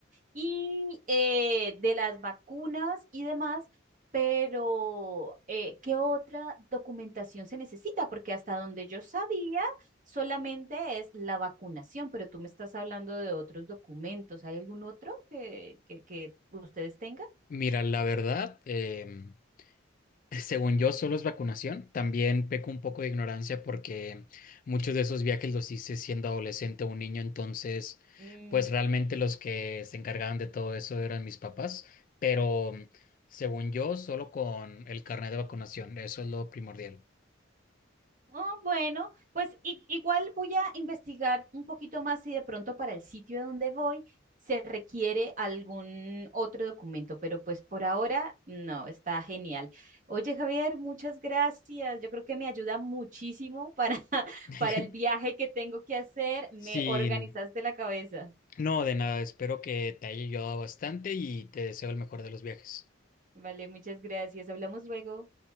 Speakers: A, on the right; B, on the left.
A: y eh, de las vacunas y demás, pero eh, ¿qué otra documentación se necesita? Porque hasta donde yo sabía, solamente es la vacunación, pero tú me estás hablando de otros documentos. ¿Hay algún otro que, que, que ustedes tengan?
B: Mira, la verdad, em, <laughs> según yo, solo es vacunación. También peco un poco de ignorancia porque muchos de esos viajes los hice siendo adolescente o un niño, entonces,
A: Ujú.
B: pues realmente los que se encargaban de todo eso eran mis papás, pero según yo, solo con el carnet de vacunación, eso es lo primordial.
A: Oh, bueno, pues i- igual voy a investigar un poquito más si de pronto para el sitio a donde voy se requiere algún otro documento, pero pues por ahora no, está genial. Oye, Javier, muchas gracias. Yo creo que me ayuda muchísimo para, <laughs>
B: <laughs>
A: para el viaje que tengo que hacer. Me
B: Sí,
A: organizaste la cabeza.
B: no, de nada, espero que te haya ayudado bastante y te deseo el mejor de los viajes.
A: Vale, muchas gracias. Hablamos luego.